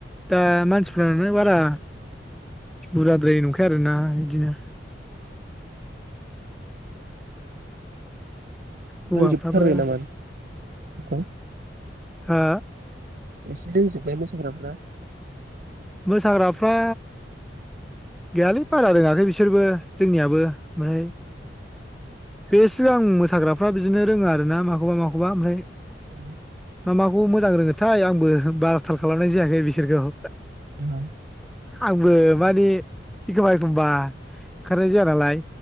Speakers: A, in the centre; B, on the right.
A: दा मानसिफ्रानो बारा बुरजाद्राय नंखाया आरोना बिदिनो हौवाफ्राबो
B: नांजोबथारबाय नामा? <unintelligible>
A: हा?
B: एसे रोंजोबबाय मोसाग्राफ्रा।
A: मोसाग्राफ्रा गैयालै बारा रोङाखै बिसोरबो जोंनियाबो ओमफ्राय बे सिगां मोसाग्राफ्रा बिदिनो रोङो आरो ना माखौबा माखौबा ओमफ्राय
B: ओं।
A: मा माखौ मोजां रोङोथाय आंबो बा थाल खालामनाय जायाखै बिसोरखौ।
B: दा।
A: आंबो माने एखमबा एखमबा खारनाय जाया नालाय।